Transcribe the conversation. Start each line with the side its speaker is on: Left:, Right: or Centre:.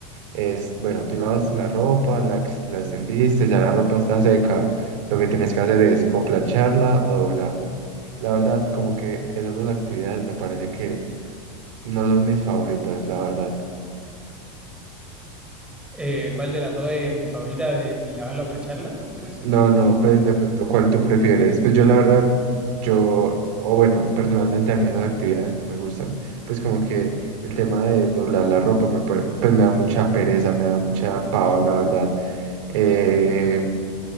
Right: es, bueno, tú lavaste la ropa, la, ex- la extendiste, ya la ropa está seca, lo que tienes que hacer es o plancharla o doblarla. La verdad, como que esas dos actividades me parece que no son mis favoritas, la verdad.
Centre: Eh, ¿cuál de las dos es mi favorita de lavarla o plancharla? ¿Eso, eso
Right: No,
Centre: te referís?
Right: no, pues de pronto, ¿cuál tú prefieres? Pues yo la verdad, yo, o bueno, personalmente a mí esas actividades no me gustan. Pues como que el tema de doblar la ropa me, pare- pues me da mucha pereza, me da mucha pava, la verdad. Eh,